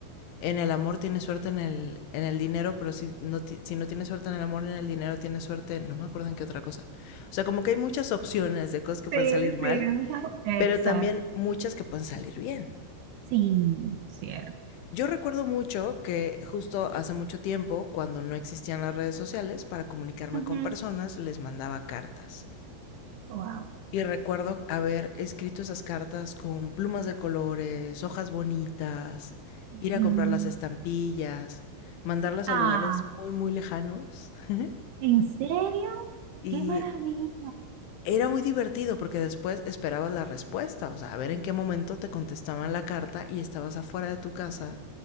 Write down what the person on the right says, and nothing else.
Sí,
sí. Ajá. Exacto.
Sí, cierto.
Ujú.
Wow.
Mm.
Ah,
¿en serio?
¡Qué maravilla!